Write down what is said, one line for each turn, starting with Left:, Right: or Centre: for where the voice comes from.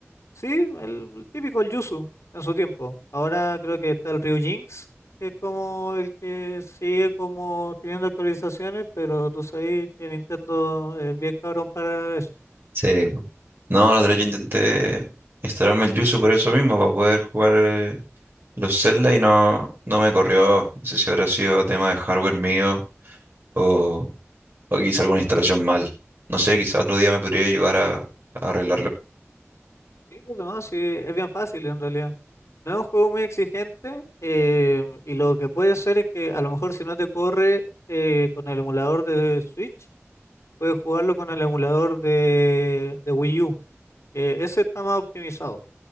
Left: Sí, el típico el Yuzu en su tiempo. Ahora creo que está el Ryujinx, que es como el que sigue como teniendo actualizaciones, pero tú sabes que Nintendo es bien cabrón para eso.
Right: Sí. po. No, la otra vez yo intenté instalarme el Yuzu por eso mismo, para poder jugar eh, los Zelda y no, no me corrió. No sé si habrá sido tema de hardware mío o, o quizá alguna instalación mal. No sé, quizá otro día me podría ayudar a, a arreglarlo.
Left: Sí, pues no, sí, es bien fácil en realidad. No es un juego muy exigente eh, y lo que puede ser es que a lo mejor si no te corre eh, con el emulador de Switch, puedes jugarlo con el emulador de, de Wii U, que ese está más optimizado,